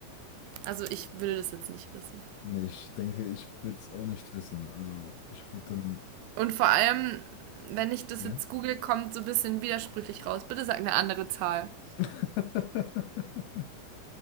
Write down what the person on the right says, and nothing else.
Also ich würde das jetzt nicht wissen.
Und vor allem, wenn ich das
jetzt google, kommt so ein bisschen widersprüchlich raus. Bitte sag eine andere Zahl.